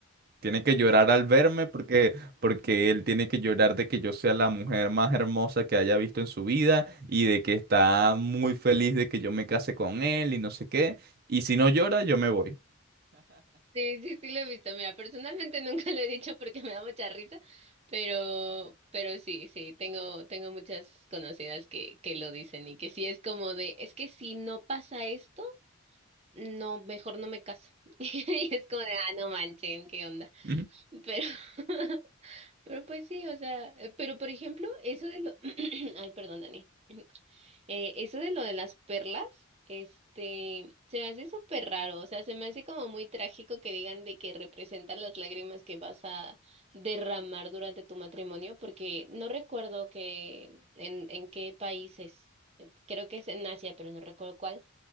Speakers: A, on the right (about 45°); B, on the right (about 30°).
A: Tiene que llorar al verme porque, porque él tiene que llorar de que yo sea la mujer más hermosa que haya visto en su vida y de que está muy feliz de que yo me case con él y no sé qué. Y si no llora, yo me voy.
B: Sí, sí, sí lo he visto. Mira, personalmente <laughs> nunca lo he dicho porque me da mucha risa, pero, pero sí, sí, tengo, tengo muchas conocidas que, que lo dicen y que sí es como de, es que si no pasa esto, no, mejor no me caso. <laughs> Y es como de, ah, no manchen, ¿qué onda?
A: <laughs>
B: Pero, <laughs> pero pues sí, o sea, eh, pero por ejemplo, eso de lo, <clears throat> ay, perdón, Dani. Eh, eso de lo de las perlas, este, se me hace súper raro, o sea, se me hace como muy trágico que digan de que representan las lágrimas que vas a derramar durante tu matrimonio, porque no recuerdo que en, en qué países, eh, creo que es en Asia, pero no recuerdo cuál,